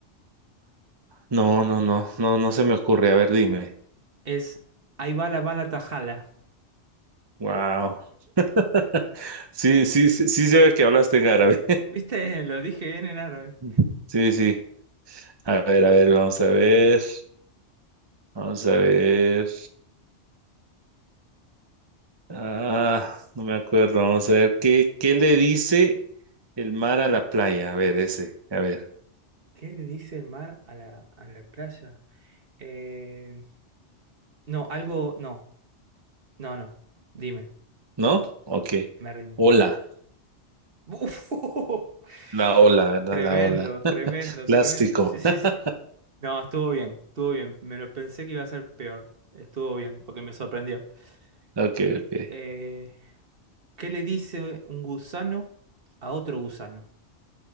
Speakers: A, on the right (about 25°); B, on the right (about 55°).
A: No, no, no, no, no se me ocurre. A ver, dime.
B: Es ahí va la bala tajala.
A: Wow. <laughs> Sí, sí, sí, sí se ve que hablaste en árabe.
B: ¿Viste? <laughs> Lo dije bien en árabe.
A: <laughs> Sí, sí. A ver, a ver, vamos a ver. Vamos a ver. Ah, no me acuerdo. Vamos a ver. ¿Qué, qué le dice el mar a la playa? A ver, ese. A ver.
B: ¿Qué le dice el mar a la, a la playa? Eh, no, algo. No, no, no. Dime,
A: ¿No? Ok.
B: me rindo.
A: Hola.
B: Uf, <laughs>
A: La ola, ¿verdad?
B: Tremendo,
A: La ola.
B: tremendo,
A: Clásico.
B: tremendo. Sí, sí,
A: <laughs>
B: sí. No, estuvo bien, estuvo bien. Me lo pensé que iba a ser peor. Estuvo bien, porque me sorprendió.
A: Ok,
B: Ah,
A: ok.
B: eh, ¿qué le dice un gusano a otro gusano?